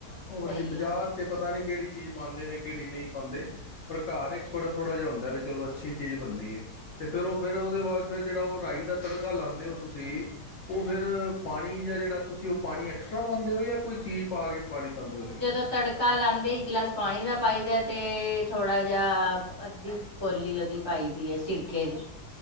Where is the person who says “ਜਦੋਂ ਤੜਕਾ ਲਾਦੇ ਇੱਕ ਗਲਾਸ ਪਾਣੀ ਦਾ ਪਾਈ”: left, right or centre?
Right